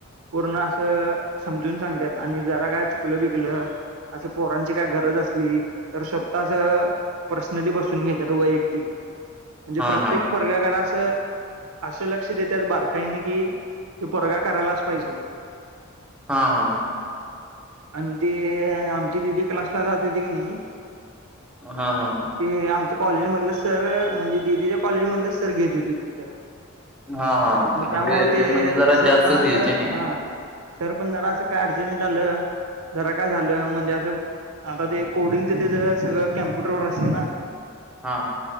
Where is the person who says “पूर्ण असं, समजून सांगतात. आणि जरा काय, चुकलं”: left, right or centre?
Right